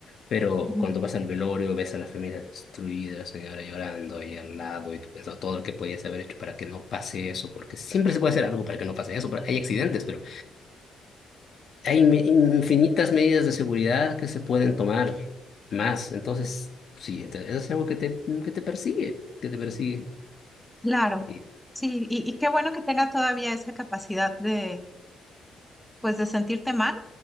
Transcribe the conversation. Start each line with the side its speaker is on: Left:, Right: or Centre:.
Left: Pero
Centre: Ujú.
Left: cuando vas al velorio, ves a la familia destruida, la señora llorando ahí al lado, y tú pensando todo lo que podías haber hecho para que no pase eso, porque siempre se puede hacer algo para que no pase eso, porque hay accidentes, pero hay inme- infinitas medidas de seguridad que se pueden tomar más. Entonces, sí, te- eso es algo que te, que te persigue, que te persigue.
Centre: Claro,
Left: Y,
Centre: sí, y, y qué bueno que tengas todavía esa capacidad de, pues, de sentirte mal